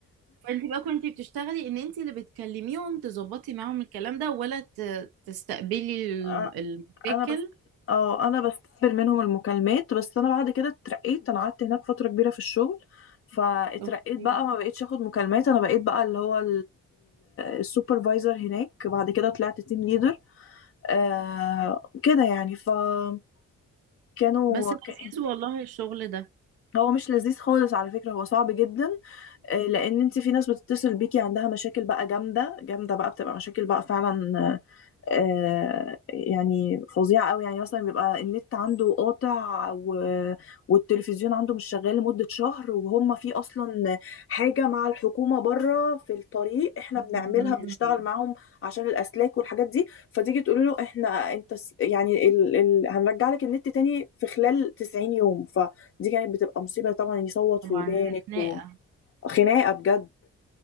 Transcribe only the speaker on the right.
فانت بقى كنت بتشتغلي ان انت اللي بتكلميهم تظبطي معاهم الكلام ده ولا ت- تستقبلي الم-
المشاكل
اوكي
بس لذيذ والله الشغل ده
مم.
طبعا
دي خناقة